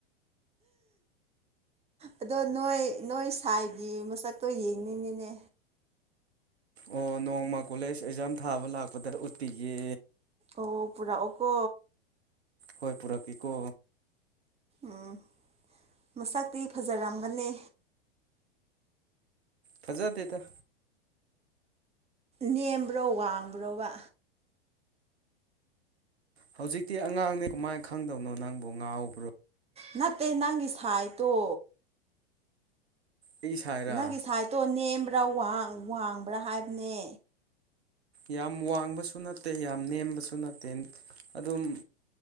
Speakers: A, on the right (about 20°); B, on the right (about 85°).
A: ꯑꯗꯣ ꯅꯣꯏ ꯅꯣꯏ ꯁꯥꯏꯒꯤ ꯃꯁꯛꯇꯣ ꯌꯦꯡꯅꯤꯡꯉꯤꯅꯦ
B: ꯑꯣ ꯅꯣꯡꯃ ꯀꯣꯂꯦꯖ ꯑꯦꯛꯖꯥꯝ ꯊꯥꯕ ꯂꯥꯛꯄꯗ ꯎꯠꯄꯤꯒꯦ
A: ꯑꯣ ꯄꯨꯔꯥ ꯑꯣꯀꯣ
B: ꯍꯣꯏ ꯄꯔꯛꯀꯤꯀ
A: ꯎꯝ ꯃꯁꯛꯇꯤ ꯐꯖꯔꯝꯒꯅꯤ
B: ꯐꯖꯥꯗꯦꯇ
A: ꯅꯦꯝꯕ꯭ꯔꯣ ꯋꯥꯡꯕ꯭ꯔꯣꯕ
B: ꯍꯧꯖꯤꯛꯇꯤ ꯑꯉꯥꯡꯅꯦ ꯀꯃꯥꯏꯅ ꯈꯪꯗꯕꯅꯣ ꯅꯪꯕꯨ ꯉꯥꯎꯕ꯭ꯔꯣ
A: ꯅꯠꯇꯦ ꯅꯪꯒꯤ ꯁꯥꯏꯠꯇꯣ
B: ꯑꯩ ꯁꯥꯏꯔꯥ
A: ꯅꯪꯒꯤ ꯁꯥꯏꯠꯇꯣ ꯅꯦꯝꯕ꯭ꯔꯥ ꯋꯥꯡꯕ꯭ꯔꯥ ꯍꯥꯏꯕꯅꯦ
B: ꯌꯥꯝ ꯋꯥꯡꯕꯁꯨ ꯅꯠꯇꯦ ꯌꯥꯝ ꯅꯦꯝꯕꯁꯨ ꯅꯠꯇꯦ ꯑꯗꯨꯝ